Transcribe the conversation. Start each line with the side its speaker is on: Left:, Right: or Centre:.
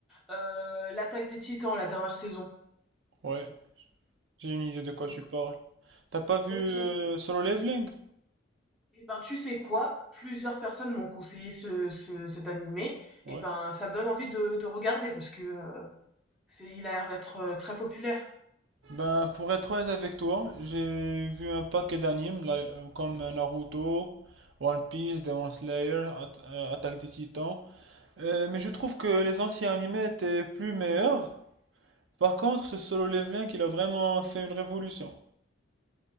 Centre: euh, l'Attaque des Titans, la dernière saison.
Right: Ouais, j'ai une idée de quoi
Centre: Et
Right: tu
Centre: tout.
Right: parles. T'as pas vu
Centre: Ok.
Right: euh, Solo Leveling?
Centre: Et ben, tu sais quoi? Plusieurs personnes m'ont conseillé ce, ce- cet animé.
Right: ouais,
Centre: Et ben, ça me donne envie de, de regarder parce que euh, c'est, il a l'air d'être euh, très populaire.
Right: Ben pour être honnête avec toi, j'ai vu un paquet d'animes là, euh, comme Naruto, One Piece, Demon Slayer, At- euh, Attaque des Titans. Euh, mais je trouve que les anciens animés étaient plus meilleurs. Par contre, ce Solo Leveling, il a vraiment fait une révolution.